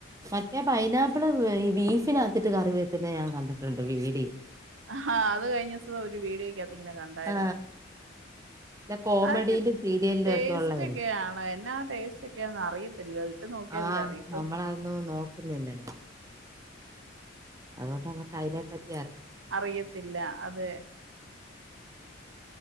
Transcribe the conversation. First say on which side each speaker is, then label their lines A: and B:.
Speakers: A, on the right (about 15°); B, on the right (about 75°).
A: മറ്റേ പൈനാപ്പിള് ഈ ബീഫിനകത്തിട്ട് കറി വെക്ക്ന്ന ഞാൻ കണ്ടിട്ടുണ്ട് വീഡിയോ
B: ഹാ അത് കഴിഞ്ഞ ദിവസം ഒരു വീഡിയോക്കകത്ത് ഇങ്ങനെ കണ്ടായിരുന്നു
A: ആ. ഇല്ല കോമഡിയിലും
B: അതൊക്കെ
A: സീരിയലിലും
B: ടേസ്റ്റൊക്കെയാണ്.
A: ഒക്കെ ഉള്ളതേ.
B: എന്നാ ടേസ്റ്റൊക്കെയാന്ന് അറിയത്തില്ല ഇട്ട് നോക്കിയാലല്ലേ
A: ആഹ്
B: അറിയത്തു
A: നമ്മളതൊന്നും നോക്കുന്നില്ലല്ലോ അതുകൊണ്ട് നമുക്ക് അതിനെ പറ്റ്
B: അറിയത്തില്ല അത്